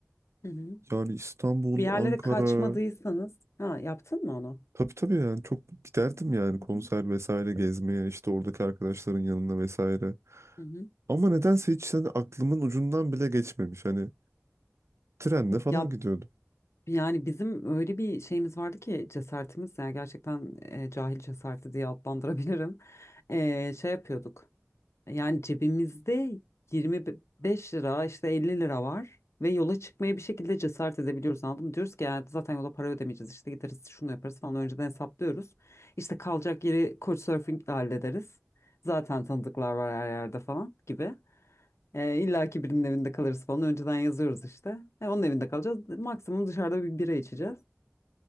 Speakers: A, on the left (about 80°); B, on the right (about 80°).
A: hı hı.
B: Yani İstanbul,
A: Bir yerlere
B: Ankara...
A: kaçmadıysanız ha yaptın mı onu?
B: Tabii tabii yani çok giderdim yani konser
A: Hı
B: vesaire gezmeye işte oradaki arkadaşların yanına vesaire.
A: hı, hı hı.
B: Ama nedense hiç hani aklımın ucundan bile geçmemiş. Hani trenle
A: Ya
B: falan gidiyordum.
A: yani bizim öyle bir şeyimiz vardı ki cesaretimiz yani gerçekten e, cahil cesareti diye adlandırabilirim. E, şey yapıyorduk. Yani cebimizde 25 lira işte 50 lira var ve yola çıkmaya bir şekilde cesaret edebiliyoruz anladın mı? Diyoruz ki yani zaten yola para ödemeyeceğiz işte gideriz şunu yaparız falan önceden hesaplıyoruz. İşte kalacak yeri Couchsurfing'le hallederiz. Zaten tanıdıklar var her yerde falan gibi. E, illa ki birinin evinde kalırız falan önceden yazıyoruz işte. E, onun evinde kalacağız maksimum dışarıda bir bira içeceğiz.